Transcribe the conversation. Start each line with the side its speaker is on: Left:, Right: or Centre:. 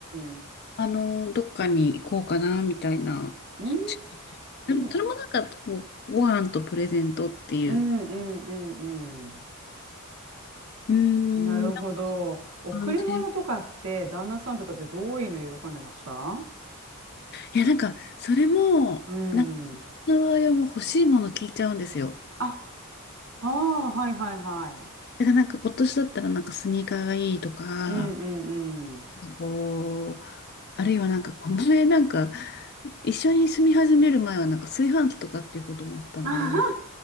Right: うん。
Left: あの、どっかに行こうかな、みたいな。
Right: うー
Left: 近いでも、
Right: ん。
Left: それもなんか、こう、ご飯とプレゼントっていう、
Right: うんうんうん
Left: うーん、
Right: うん。なるほど。
Left: なんか
Right: 贈り物とかって、
Left: 感じ。
Right: 旦那さんとかってどういうの喜んでました
Left: いや、なんか、それも、
Right: うん。
Left: なんか、うの場合はもう欲しいもの聞いちゃうんですよ。
Right: あ、ああ、はいはいはい。
Left: だからなんか、今年だったらなんかスニーカーがいいとか、
Right: うんうんうん。
Left: こう、あるいはなんか、この前なんか、一緒に住み始める前はなんか炊飯器とかっていうこともあったので、
Right: <laughs>